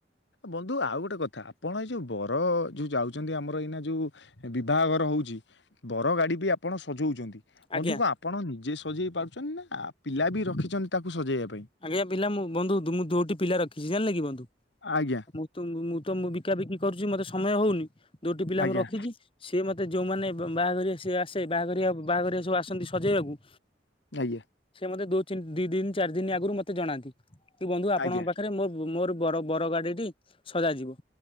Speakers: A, on the left; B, on the left.
A: ବନ୍ଧୁ ଆଉ ଗୋଟେ କଥା ଆପଣ ଏଇ ଯୋଉ ବର ଯୋଉ ଯାଉଚନ୍ତି ଆମର ଏଇନା ଯୋଉ ବିବାହଘର ହ ଉଚି ବର ଗାଡ଼ି ବି ଆପଣ ସଜଉଚନ୍ତି।
B: ଆଜ୍ଞା
A: ବନ୍ଧୁ ଙ୍କ ଆପଣ ନିଜେ ସଜେଇ ପାରୁଚନ୍ତି ନା ପିଲା ବି ରଖିଚନ୍ତି ତାକୁ ସଜେଇବା ପାଇଁ?
B: ଆଜ୍ଞା ପିଲା ମୁଁ ବନ୍ଧୁ ମୁଁ ଦୋଟି ପିଲା ରଖିଛି ଜାଣିଲେ କି ବନ୍ଧୁ
A: ଆଜ୍ଞା
B: ମୁଁ ତ ମୁଁ ତ ମୁଁ ବିକା ବିକି କରୁଚି ମତେ ସମୟ ହଉନି। ଦୁଇଟି ପିଲା
A: ଆଜ୍ଞା
B: ମୁଁ ରଖିଚି ସେ ମ ତେ ଯୋଉମାନେ ବାହାଘରିଆ ସିଏ ଆସେ ବାହାଘରିଆ ବାହାଘରିଆ ସବୁ ଆସନ୍ତି ସଜେଇବାକୁ
A: ଆଜ୍ଞା।
B: ମୋତେ ଦୋ ଚିନି ଦି ଦିନି ଚାରି ଦିନ ଆଗରୁ ମତେ ଜଣାନ୍ତି କି ବନ୍ଧୁ ଆପଙ୍କ
A: ଆଜ୍ଞା
B: ପାଖରେ ମୋ-ମୋର ବର-ବର ଗାଡ଼ିଟି ସଜା ଯିବ